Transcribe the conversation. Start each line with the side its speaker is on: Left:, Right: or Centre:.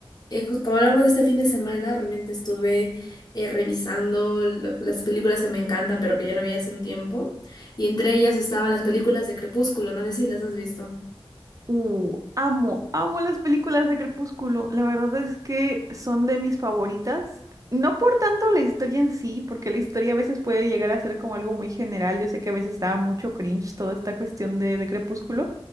Left: eh, jus- como hablamos de este fin de semana, realmente estuve eh, revisando lo- las películas que me encantan, pero que ya no veía hace un tiempo, y entre ellas estaban las películas de Crepúsculo, no sé si las has visto.
Right: Uh, amo, amo las películas de Crepúsculo. La verdad es que son de mis favoritas. No por tanto la historia en sí, porque la historia a veces puede llegar a ser como algo muy general. Yo sé que a veces da mucho cringe toda esta cuestión de, de Crepúsculo.